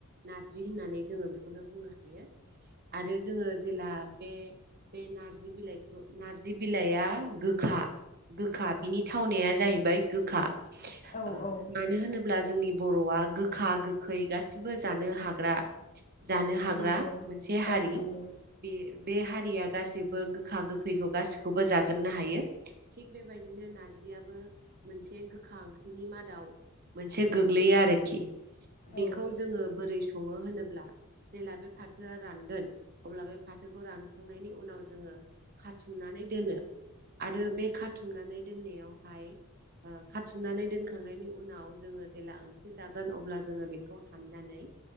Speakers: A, on the right (about 45°); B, on the left (about 35°).
A: नारजि होननानै जोङो बेखौनो बुंनो हायो आरो जोङो जेला बे बे नार्जि बिलाइखौ नार्जि बिलाइआ गोखा गोखा बिनि थावनाया जाहैबाय गोखा
B: औ
A: ओ
B: औ
A: मानो होनोब्ला जोंनि बर'आ गोखा गोखै गासिबो जानो हाग्रा जा ग्रा
B: नंगौ
A: मोनसे हारि
B: औ नंगौ
A: बे बे हारिया गासैबो गोखा गोखैखौ गाैखौबो जाजोबनो हायो थिग बेबायदिनो नारजि नारजियाबो मोनसे गोखा ओंख्रिनि मादाव मोनसे गोग्लैयो आरोखि बेखौ
B: औ
A: जोङो बोरै सङो होनोब्ला जेला बे फाथोआ रानगोन अब्ला बे फाथोखौ रानखांनायनि उनाव जोङो खाथुमनानै दोनो आरो बे खाथुमनानै दोननायावहाय ओ खाथुमनानै दोनखांनायनि उनाव जोङो जेला ओंख्रि जागोन अब्ला जोङो बेखौ हाननानै